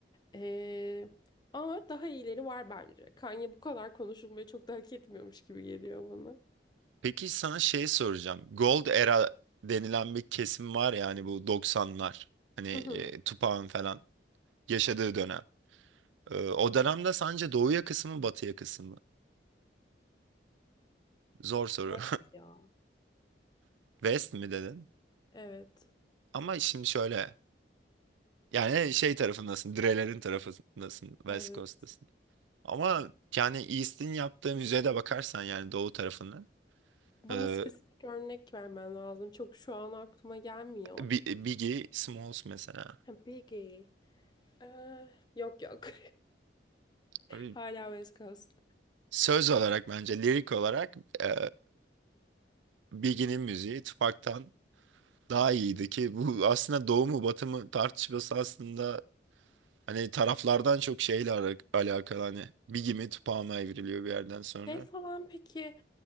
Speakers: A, on the left; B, on the right.
A: Ee, ama daha iyileri var bence. Kanye bu kadar konuşulmayı çok da hak etmiyormuş gibi geliyor bana.
B: Peki sana şey soracağım. Gold Era denilen bir kesim var yani bu 90'lar. Hani e,
A: Hı hı.
B: Tupac'ın falan yaşadığı dönem. E, o dönemde sence doğuya kısmı batıya kısmı? Zor soru.
A: West ya.
B: <laughs> West mi dedin?
A: Evet,
B: Ama şimdi şöyle. Yani şey tarafındasın, Dreler'in tarafındasın, West
A: evet.
B: Coast'tasın. Ama yani East'in yaptığı müzeye de bakarsan yani doğu tarafından.
A: Bana
B: E,
A: spesifik örnek vermen lazım. Çok şu an aklıma gelmiyor.
B: Bi- Biggie Smalls mesela.
A: Ha, Biggie. Ee, yok yok. <laughs>
B: Abi,
A: Hala West Coast.
B: söz olarak bence lirik olarak e, Biggie'nin müziği Tupac'tan daha iyiydi ki bu aslında doğu mu batı mı tartışması aslında hani taraflardan çok şeyle ara- alakalı hani Biggie mi Tupac mı evriliyor bir yerden sonra.
A: Şey falan peki